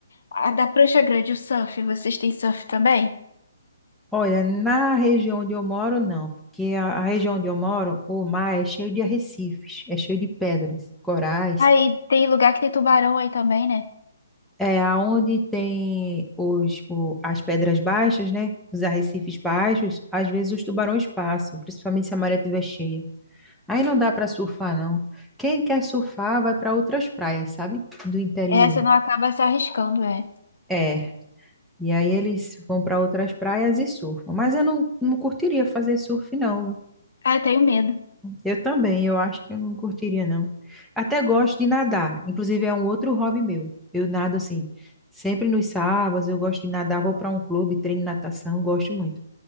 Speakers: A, on the left; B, in the centre.
A: a da prancha grande, o surf, vocês têm surf também?
B: Olha, na região onde eu moro, não, porque a, a região onde eu moro, o mar é cheio de arrecifes, é cheio de pedras, corais.
A: Aí tem lugar que tem tubarão aí também, né?
B: É, aonde tem os, o- as pedras baixas, né? Os arrecifes baixos, às vezes os tubarões passam, principalmente se a maré estiver cheia. Aí não dá para surfar, não. Quem quer surfar vai para outras praias, sabe? Do interior.
A: É, você não acaba se arriscando, é.
B: É. E aí eles vão para outras praias e surfam. Mas eu não, não curtiria fazer surf, não,
A: Ah, eu tenho medo.
B: É, Eu também, eu acho que eu não curtiria, não. Até gosto de nadar, inclusive é um outro hobby meu. Eu nado assim, sempre nos sábados, eu gosto de nadar, vou para um clube, treino natação, gosto muito.